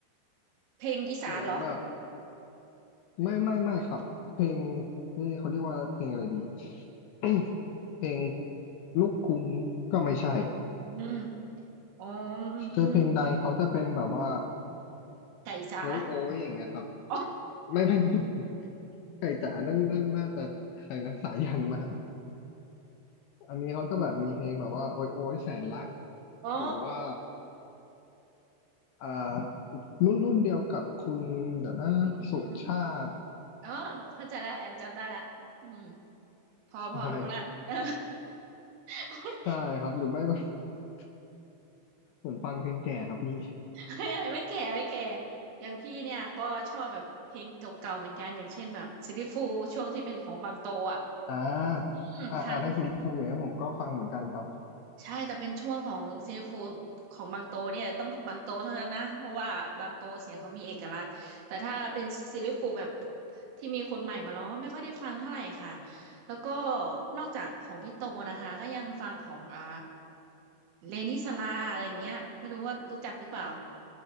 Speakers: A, on the right; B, on the left.
A: เพลงอีสานเหรอ
B: เหมือนแบบไม่ไม่ไม่ครับเพลงเอ้ยเขาเรียกว่าเพลงอะไรดี <coughs> เพลงลูกกรุงก็ไม่ใช่
A: อืมอืมมอ๋ออืมอืม
B: คือเพลงดังเขาจะเป็นแบบว่า
A: ไก่จ๋า
B: โอ้ยโอ้ยอย่างเงี้ยครับ
A: อ๋อ
B: ไม่ไม่ <laughs> ไก่จ๋านั่นนั่นน่าจะใครนะสายันมา อันนี้เขาจะแบบมีเพลงแบบว่าโอยโอยแสนรัก
A: อ๋อ
B: หรือว่าอ่ารุ่นรุ่นเดียวกับคุณเดี๋ยวนะสุชาติ
A: อืมอืมอ๋อเข้าใจแล้วแอมจำได้ละอืม พอพอรู้ละ
B: ใช่
A: <laughs> เออโอ๊ย
B: ใช่ครับหรือไม่ <laughs> ผมฟังเพลงแก่ครับพี่
A: <laughs> ไม่แก่ไม่แก่อย่างพี่เนี่ยก็ชอบแบบเพลงเก่าๆเหมือนกัน อย่างเช่นแบบซิลลี่ฟูลส์ช่วงที่เป็นของบางโตอ่ะ
B: อ่า
A: อืมทัน
B: อ่าอ่าถ้าซิรีส์ฟูอย่างนั้นผมก็ฟังเหมือนกันครับ
A: ใช่แต่เป็นช่วงของซิลลี่ฟูลของบางโตเนี่ยต้องบางโตเท่านั้นนะเพราะว่าบางโตเสียงเขามีเอกลักษณ์แต่ถ้าเป็นซีรลี่ฟูลแบบที่มีคนใหม่มาร้องไม่ค่อยได้ฟังเท่าไหร่ค่ะแล้วก็นอกจากของพี่โตนะคะก็ยังฟังของอ่าเลนิสลาอะไรอย่างเงี้ยไม่รู้ว่ารู้จักหรือเปล่า